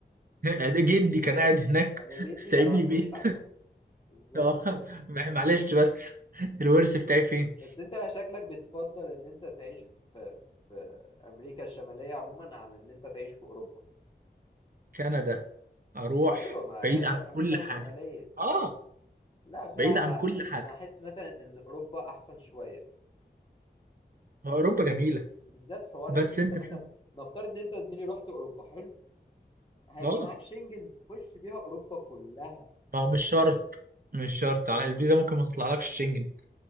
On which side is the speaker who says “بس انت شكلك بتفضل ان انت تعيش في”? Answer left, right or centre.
Left